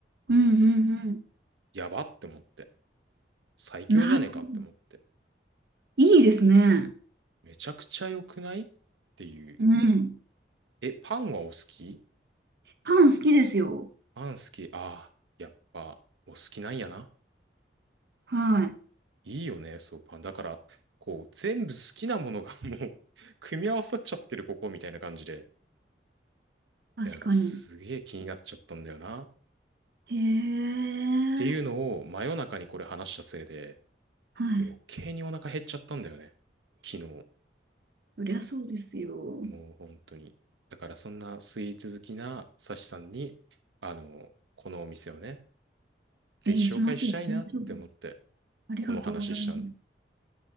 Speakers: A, on the right; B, on the right.
A: うんうん
B: やばって思って。最強じゃねえかって思って。
A: うん。なるほど。いいですね。
B: めちゃくちゃ良くないっていう。
A: うん。
B: え、パンはお好き
A: パン好きですよ。
B: パン好き。ああ、やっぱ、お好きなんやな。
A: はい。
B: いいよね、そう、パン。だから、こう、全部好きなものがもう <laughs> 組み合わさっちゃってる、ここ、みたいな感じで。
A: 確かに。
B: いや、なんか、すげえ気になっちゃったんだよな。っ
A: へえ。
B: ていうのを、真夜中にこれ話したせいで、
A: はい。
B: 余計にお腹減っちゃったんだよね。昨日。
A: そりゃそうですよ。
B: もう、本当に。だから、そんなスイーツ好きなサシさんに、あの、このお店をね、ぜひ紹介したいなって思って、
A: え、行きましょう、行きましょう。ありがとうございます。
B: この話したの。